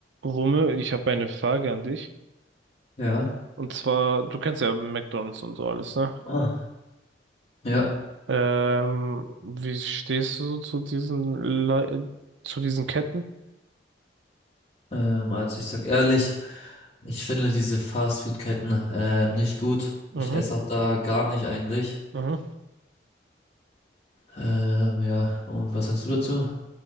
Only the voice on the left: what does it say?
Ja,
Ah. ja,
ähm, also ich sag ehrlich, ich finde diese Fastfood-Ketten äh, nicht gut.
Ich esse auch da gar nicht eigentlich.
Ähm, ja, und was sagst du dazu?